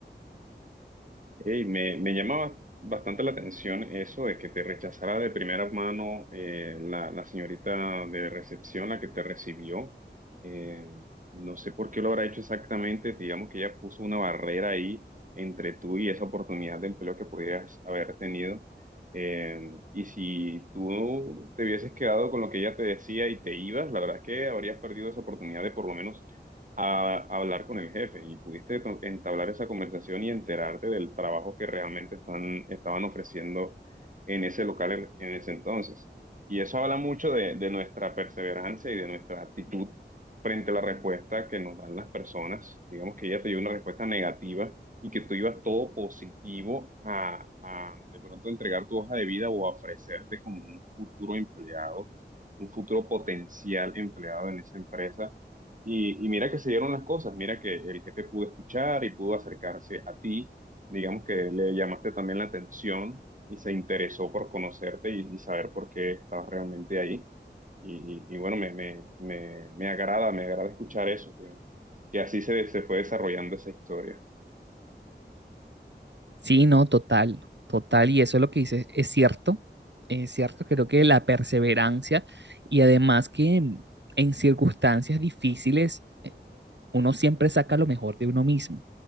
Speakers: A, on the right; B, on the right.
A: Ey, me, me llama bastante la atención eso de que te rechazara de primera mano eh, la, la señorita de recepción, la que te recibió. Eh, no sé por qué lo habrá hecho exactamente. Digamos que ella puso una barrera ahí entre tú y esa oportunidad de empleo que pudieras haber tenido. Eh, y si tú te hubieses quedado con lo que ella te decía y te ibas, la verdad es que habrías perdido esa oportunidad de por lo menos a, a hablar con el jefe y pudiste to- entablar esa conversación y enterarte del trabajo que realmente están, estaban ofreciendo en ese local en, en ese entonces. Y eso habla mucho de, de nuestra perseverancia y de nuestra actitud frente a la respuesta que nos dan las personas. Digamos que ella te dio una respuesta negativa y que tú ibas todo positivo a, a de pronto entregar tu hoja de vida o a ofrecerte como un futuro empleado, un futuro potencial empleado en esa empresa y, y mira que se dieron las cosas, mira que el jefe pudo escuchar y pudo acercarse a ti, digamos que le llamaste también la atención y se interesó por conocerte y, y saber por qué estabas realmente ahí. Y, y- y bueno, me, me, me, me agrada, me agrada escuchar eso, que, que así se, se fue desarrollando esa historia.
B: Sí, no, total, total. Y eso es lo que dices, es cierto, es cierto, creo que la perseverancia y además que en, en circunstancias difíciles eh, uno siempre saca lo mejor de uno mismo.